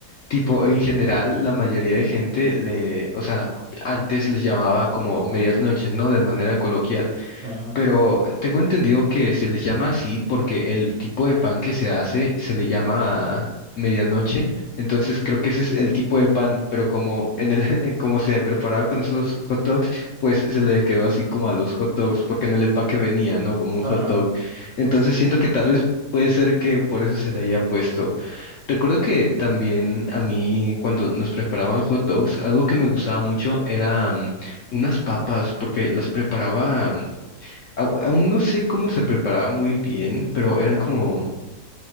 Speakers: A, on the left; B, on the right.
A: Tipo, en general, la mayoría de gente le, o sea, antes les llamaba como medias noches, ¿no? De manera coloquial,
B: Ajá,
A: pero tengo entendido que se les llama así porque el tipo de pan que se hace se le llama medianoche, entonces creo que ese es el tipo de pan, pero como en el, <laughs> como se preparaba con eso los hot dogs, pues se le quedó así como a los hot dogs, porque en el empaque venía, ¿no? Como un
B: ajá,
A: hot dog. Entonces
B: justo.
A: siento que tal vez puede ser que por eso se le haya puesto. Recuerdo que también a mí cuando nos preparaban hot dogs, algo que me gustaba mucho era mm, unas papas, porque las preparaba, mm, au- aún no sé cómo se preparaba muy bien, pero eran como